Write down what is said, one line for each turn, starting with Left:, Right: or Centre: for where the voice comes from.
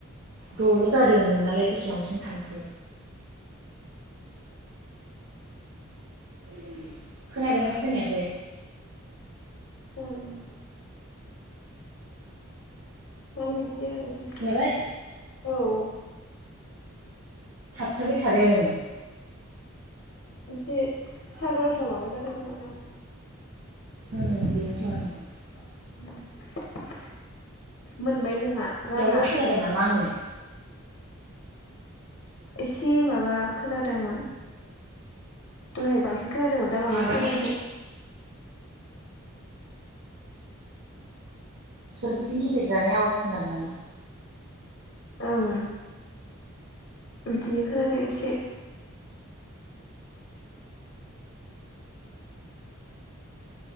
Right: दल' जादों नोंनालाय बेसेबांसिम थांखो? <inaudible> खोनादोंना खोनायाखै?
Left: खोनाबायमोन मानि बिदि <unintelligible>
Right: खोनाबाय
Left: औ ओ
Right: थाबथाबाय थादों।
Left: एसे सारबारफ्राव माबा जादों खोमा दां।
Right: औ बेनथ' आरो
Left: उ मोन नोंहा राङा?
Right: दावराव खोनादों नामा आंनि
Left: एसे माबा खोनादोंमोन। दहाय बांसिन खोनादोंमोन दा बांद्राय
Right: माबानि
Left: खोनायाखै।
Right: सोरगिदिं गिदिंग्रानि आवाज खोनादों <unintelligible>
Left: ओं बिदिनो खोनादों एसे